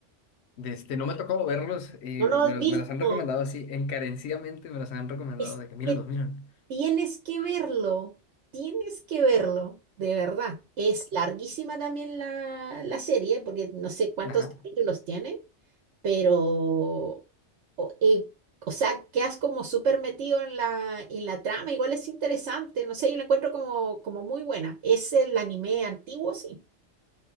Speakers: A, on the left; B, on the right.
A: De Este, no me ha tocado verlos y
B: ¿No lo
A: me,
B: has
A: los-
B: visto?
A: me los han recomendado así, encarecidamente me los han recomendado
B: Es
A: de que mírenlos,
B: que
A: miren.
B: tienes que verlo, tienes que verlo, de verdad. Es larguísima también la, la serie, porque no sé cuántos
A: Ajá.
B: capítulos tiene. pero, o, eh, o sea, quedas como súper metido en la, en la trama, igual es interesante, no sé, yo lo encuentro como, como muy buena. Es el anime antiguo, sí.